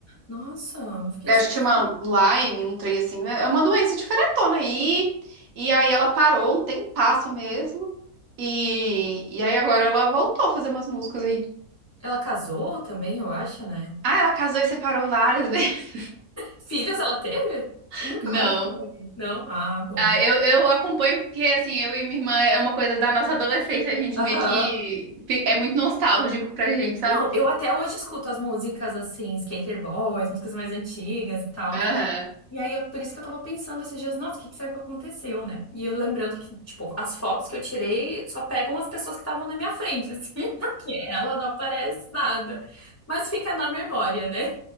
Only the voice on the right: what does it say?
Eu
acho que chama Lyme, um trem assim. né? É uma doença diferentona aí. E aí ela parou um tempasso mesmo. E, e aí agora ela voltou a fazer umas músicas aí.
Ah, ela casou e separou várias vezes.
<laughs>
Não.
Ah, eu, eu acompanho porque, assim, eu e minha irmã é uma coisa da nossa adolescência. A gente
meio que fi- é muito nostálgico pra gente, sabe?
Aham.